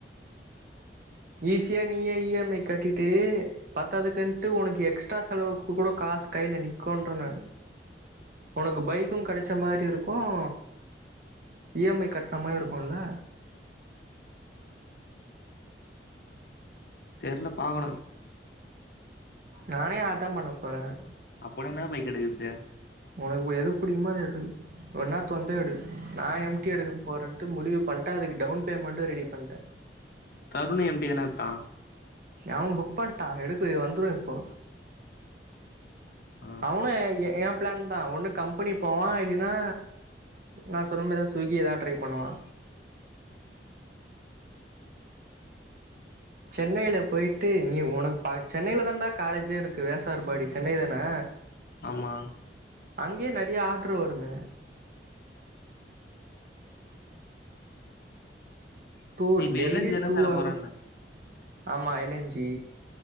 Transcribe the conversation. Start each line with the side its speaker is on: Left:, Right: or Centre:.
Right: ஈஸியா நீய இஎம்ஐ கட்டிட்டு பத்ததுக்குன்ட்டு உனக்கு எக்ஸ்ட்ரா செலவுக்கு கூட காசு கையில நிக்குன்ற நா உனக்கு பைக்கும் கெடைச்ச மாதிரி இருக்கும் இஎம்ஐ கட்டின மாதிரி இருக்கும்ல
Left: தெர்ல பாகலை
Right: நானே அததான் பண்ண போறேன்
Left: அப்பனா என்னா பைக் எடுக்குறது?
Right: உனக்கு எது பிடிக்குமா அது எது ஒன்னா தொன்டு எடு நான் எம்டி எடுக்க போகறேன்ட்டு முடிவு பண்ணிட்டேஅதுக்கு டவுன் பேமெண்ட்டும் ரெடி பண்ணிட்டே
Left: தருணை எப்டி என தான்
Right: அவன் புக் பண்ட்டான் எடுக்கு வந்துடும் இப்போ
Left: ஆ,
Right: அவன ஏ எம் பிளான் தான் ஒன்னு கம்பெனி போவான் இல்லைன்னா நான் சொன்ன மாதிரி ஏதாவது ஸ்விக்கி ஏதாவது ட்ரை பண்ணுவா சென்னையில போயிட்டு நீ உனக்கு பா சென்னையில தான்டா காலேஜே இருக்கு வேசார்பாடி சென்னை தானே
Left: ஆமா
Right: அங்கேயே நெறைய ஆர்டரு வருமே டூ
Left: நீ இப்ப
Right: டெய்லி
Left: எல் என் ஜி தான
Right: டூ
Left: சேர
Right: அவவர்ஸ்
Left: போறன்ன?
Right: ஆமா இலஞ்சி